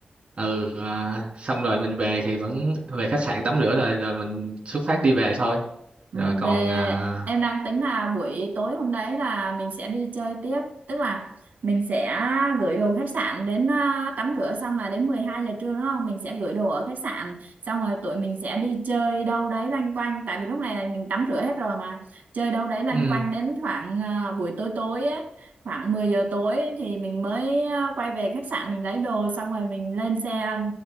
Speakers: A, on the right; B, on the right.
A: Ừ à, xong rồi mình về thì vẫn về khách sạn tắm rửa rồi rồi mình xuất phát đi về thôi
B: Ừ,
A: rồi còn
B: Về
A: à,
B: em đang tính là buổi tối hôm đấy là mình sẽ đi chơi tiếp tức là mình sẽ gửi đồ khách sạn đến à, tắm rửa xong là đến 12 giờ trưa đúng không mình sẽ gửi đồ ở khách sạn xong rồi tụi mình sẽ đi chơi đâu đấy loanh quanh tại vì lúc này là mình tắm rửa hết rồi mà chơi đâu đấy loanh
A: ừ,
B: quanh đến khoảng à, buổi tối tối ấy khoảng 10 giờ tối ấy, thì mình mới à, quay về khách sạn mình lấy đồ xong rồi mình lên xe